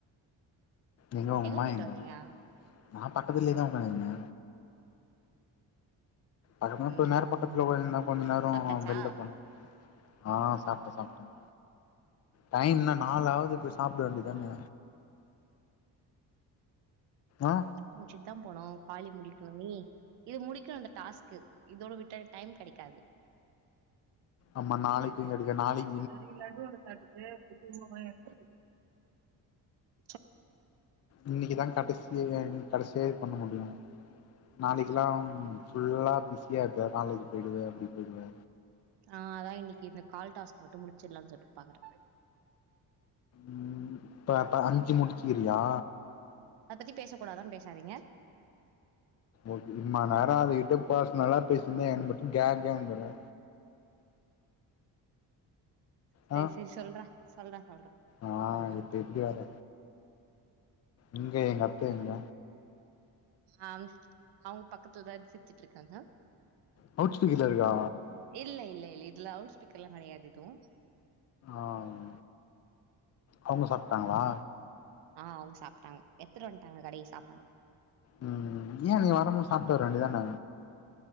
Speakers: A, on the left; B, on the right.
A: எங்க உங்க அம்மா
B: போயிட்டு
A: எங்க
B: வந்தீங்க
A: நா பக்கத்திலே தா உக்காந்துனுந்தே அதுக்கப்ரோ
B: ம்
A: கொஞ்ச நேரோ பக்கத்துல
B: ம்
A: ஒக்காந்துருந்தே கொஞ்ச நேரோ
B: சாப்ட்டாச்சா
A: வெல்ல போன ஆ சாப்ட சாப்ட டைம்னா நாலாவது போய் சாப்ட வேண்டிதான
B: ம் ம்
A: அ
B: <unintelligible> முடிச்சுட்டு தா போனோ குவாலி முடிக்கணுமே இது முடிக்கணு இந்த டாஸ்க்கு இதோட விட்ட டைம் கெடைக்காது
A: ஆமா நாளைக்கு கெடைக்கு நாளைக்
B: அது வரைக்கு லட்டு ஒன்னு சாப்ட்டுட்டு புது <unintelligible>
A: இன்னக்கி தா கடைசிய <unintelligible> கடைசி வரைக்கு பண்ண முடியு நாளைக்குலா ஃபுல்லா பிஸியா இருப்ப காலேஜ் போயிடுவ அப்டி போயிடுவ
B: ஆ அதா இன்னக்கி இந்த கால் டாஸ்க் மட்டு முடிச்சிலானு சொல்ட்டு பாக்குற
A: ம் இப்ப அப்ப அஞ்சு முடிச்சிக்கிறியா
B: அத பத்தி பேசக்கூடாதா பேசாதீங்க
A: ஓகே இம்மா நேரோ அதுகிட்ட பர்ஸ்னலா பேசிருந்தேன் என் மட்டு கேக்கேங்குற
B: செரி
A: ஆ
B: செரி சொல்ற சொல்ற சொல்ற
A: ஆ இப்ப எப்டி வற எங்க எங்க அத்த எங்க
B: ஆ அவுங்க பக்கத்துலதா சிச்சுட்டுருக்காங்க
A: லவ்வுட் ஸ்பீக்கர்ல இருக்கா
B: இல்ல இல்ல இல்ல இதுல லவுட்ஸ்பீக்கர்ல்லா கெடையாது எதுவு
A: ஆம் அவுங்க சாப்டாங்களா
B: ஆ அவுங்க சாப்டாங்க எடுத்துட்டு வன்டாங்க கடைக்கு சாப்பாடு
A: ம் ஏ நீ வரும் போது சாப்டு வர வேண்டிதானே